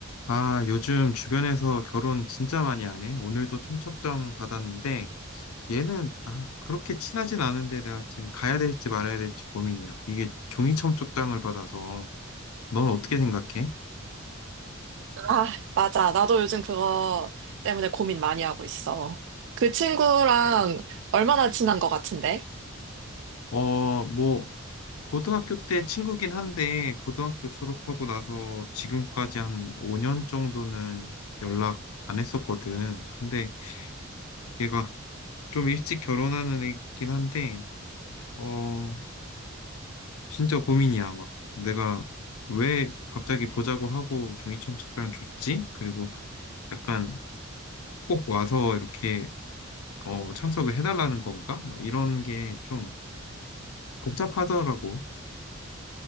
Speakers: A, on the left; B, on the right.
A: 아, 요즘 주변에서 결혼 진짜 많이 안 해. 오늘도 청첩장 받았는데, 얘는, 아, 그렇게 친하진 않은데 내가 지금 가야 될지 말아야 될지 고민이야. 이게 종이 청첩장을 받아서, 넌 어떻게 생각해?
B: 아, 맞아. 나도 요즘 그거 때문에 고민 많이 하고 있어. 그 친구랑 얼마나 친한 것 같은데?
A: 어, 뭐, 고등학교 때 친구긴 한데, 고등학교 졸업하고 나서 지금까지 한 5년 정도는 연락 안 했었거든. 근데 얘가 좀 일찍 결혼하는 애긴 한데, 어, 진짜 고민이야, 막. 내가 왜 갑자기 보자고 하고 종이첨 석장을 줬지? 그리고 약간 꼭 와서 이렇게 어, 참석을 해달라는 건가? 막 이런 게 좀 복잡하더라고.